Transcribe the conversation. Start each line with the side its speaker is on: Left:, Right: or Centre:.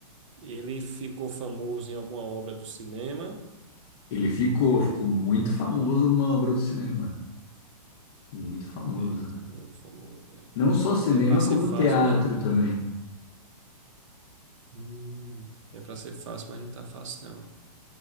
Right: ele ficou famoso em alguma obra do cinema?
Left: Ele ficou, ficou muito famoso numa obra do cinema. Muito famoso.
Right: Eita, muito famoso.
Left: Não só cinema,
Right: É para ser
Left: como
Right: fácil,
Left: teatro
Right: mas não.
Left: também.
Right: Hum, é para ser fácil, mas não tá fácil, não.